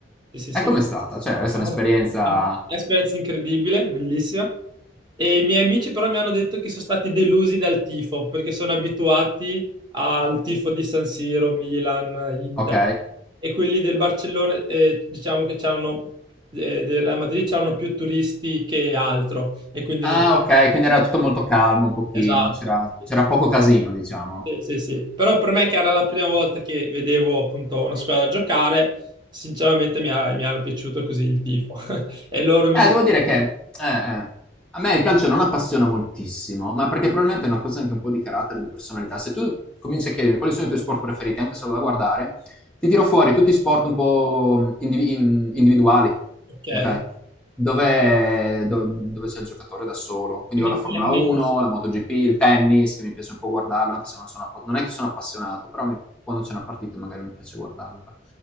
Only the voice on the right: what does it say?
Sì, sì, sì.
Am-
am- Esperienza incredibile, bellissima. E i miei amici però mi hanno detto che sono stati delusi dal tifo perché sono abituati al tifo di San Siro, Milan, Inter
e quelli del Barcellona, eh, diciamo che c'erano eh, del Real Madrid c'erano più turisti che altro e quindi
non
esatto.
Sì,
sì, sì. sì. Però per me che era la prima volta che vedevo appunto una squadra giocare, sinceramente mi, ha- mi era piaciuto così il tifo. <laughs> E loro mi
dicevano,
ok,
quindi
tennis.